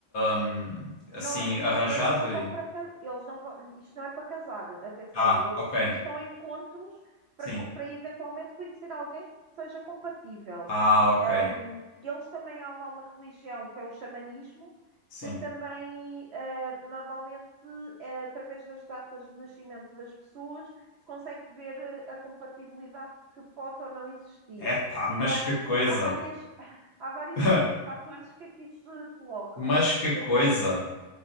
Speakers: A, on the left; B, on the right.
A: hum, assim
B: não, não,
A: arranjado
B: eles não vão
A: e.
B: para ca- eles não vão, isto não é para casar, atenção,
A: Ah,
B: eles,
A: ok,
B: isto são encontros para,
A: sim.
B: co- para eventualmente conhecer alguém que seja compatível.
A: Ah, ok,
B: Ahm, eles também há lá uma religião que é o xamanismo,
A: sim.
B: que também ah, normalmente eh, através das datas de nascimento das pessoas consegue ver eh, a compatibilidade que pode ou não existir.
A: Epá, mas
B: Então
A: que coisa!
B: há várias, <laughs> há vários
A: <laughs>
B: fa- fatores que aqui se colocam.
A: Mas que
B: E
A: coisa!
B: então